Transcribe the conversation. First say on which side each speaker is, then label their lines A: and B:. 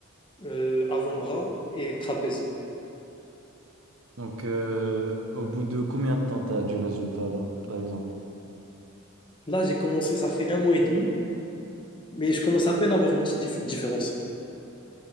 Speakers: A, on the left (about 25°); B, on the right (about 70°).
A: euh, avant-bras et trapèze.
B: Donc, euh, au bout de combien de temps t'as du résultat là, par exemple?
A: Là, j'ai commencé, ça fait un mois et demi, mais je commence à peine à avoir une petite dif- différence.